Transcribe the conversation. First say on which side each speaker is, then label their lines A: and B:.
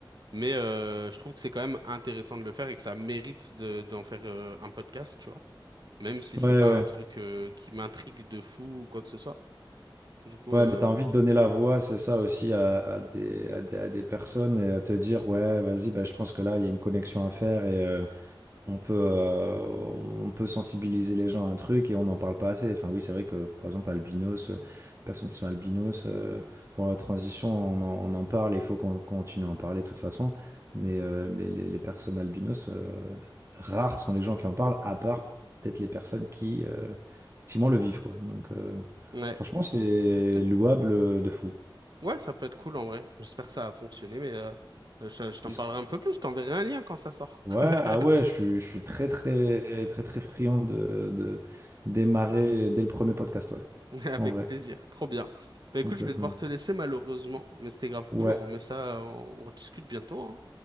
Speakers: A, on the right (about 55°); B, on the right (about 35°).
A: mais euh, je trouve que c'est quand même intéressant de le faire et que ça mérite de d'en faire euh, un podcast, tu vois même si c'est
B: ouais,
A: pas
B: ouais.
A: un truc euh, qui m'intrigue de fou ou quoi que ce soit. Du coup,
B: Ouais,
A: euh,
B: mais t'as envie de donner la voix, c'est ça aussi, à, à des, à des, à des personnes et à te dire, ouais, vas-y, bah, je pense que là, il y a une connexion à faire On peut, euh, on peut sensibiliser les gens à un truc et on n'en parle pas assez. Enfin, oui, c'est vrai que, par exemple, albinos, euh, personnes qui sont albinos, euh, pour la transition, on en, on en parle et il faut qu'on continue à en parler de toute façon. Mais, euh, mais les, les personnes albinos, euh, rares sont les gens qui en parlent, à part peut-être les personnes qui, euh, effectivement, le vivent, quoi. Donc, euh,
A: ouais,
B: franchement, c'est
A: exactement.
B: louable de fou.
A: Ouais, ça peut être cool en vrai. J'espère que ça a fonctionné, mais euh, je, je
B: C'est
A: t'en
B: ce
A: parlerai un peu plus. Je t'enverrai un lien quand ça sort.
B: Ouais, ah
A: <laughs>
B: ouais, je suis, je suis très, très, très, très friand de, de démarrer dès le premier podcast, ouais.
A: Avec
B: En vrai,
A: plaisir, trop bien. Bah écoute,
B: complètement.
A: je vais devoir te laisser malheureusement, mais c'était grave
B: Ouais,
A: cool. On remet ça, on, on discute bientôt. hein.